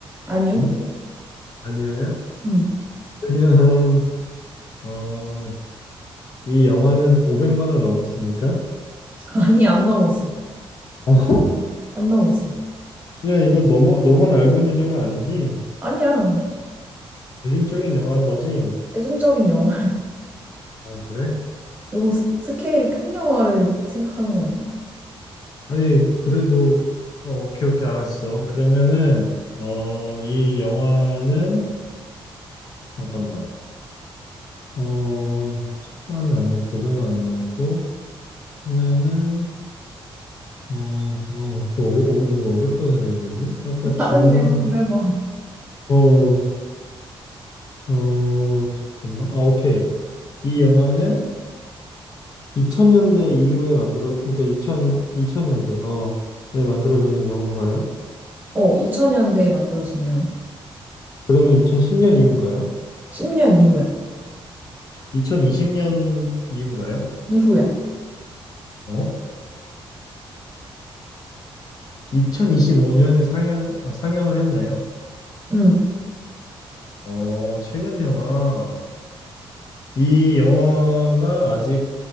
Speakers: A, on the right (about 20°); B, on the left (about 40°).
A: 아니요?
B: 어? 아니요야?
A: 음.
B: 그냥 어, 이 영화는 오백만을 넘었습니까?
A: <laughs> 아니, 안 넘었어.
B: 어?
A: 안 넘었어.
B: 그냥 이거 너무 너만 알고 있는 영화 아니지?
A: 아니야.
B: 대중적인 영화인 거지?
A: 대중적인 영화.
B: 아, 그래?
A: <laughs> 너무 스, 스케일이 큰 영화를 생각하는 거 아니야?
B: 아니, 그래도, 어, 오케이, 오케이, 알았어. 그러면은, 어, 이 영화는, 잠깐만, 어, 천만 안 넘고, 500만 안 넘고, 하면은, 어, 어, 그 어려, 어, 왜 어렵다고 생각이 들지? 아까
A: 다른
B: 질문
A: 질문을
B: 하나,
A: 해봐.
B: 어, 어, 잠깐만. 아, 오케이. 이 영화는 2000년대 이후에 만들어, 그러니까 2000, 년대 어, 에 만들어진 영화인가요?
A: 어, 2000년대에 만들어진 영화야.
B: 그러면 2010년 이후인가요?
A: 10년 이후야.
B: 2020년 이후인가요?
A: 이후야.
B: 어? 2025년에 상영, 아, 상영을 했나요?
A: 응.
B: 어, 최근 영화. 이 영화가 아직